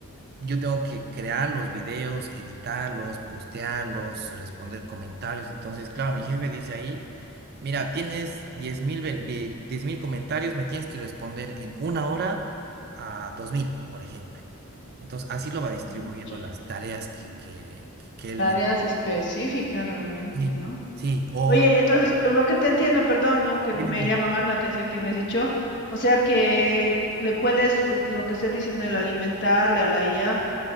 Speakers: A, on the right; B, on the left.
A: yo tengo que crear los videos, editarlos, postearlos, responder comentarios. Entonces, claro, mi jefe dice ahí, mira, tienes diez mil, vel- vi- diez mil comentarios, me tienes que responder en una hora a 2000 por ejemplo. Entonces, así lo va distribuyendo
B: Mucha.
A: las tareas que, que, que- que él
B: Tareas
A: me
B: específicas realmente,
A: Sí,
B: ¿no?
A: sí, o
B: Oye, entonces lo lo que te entiendo, perdón, ¿no? Que
A: dime,
B: me
A: dime.
B: llama más la atención que me has dicho, o sea que le puedes, eh, lo que se dice, ¿no? El alimentarle a la IA,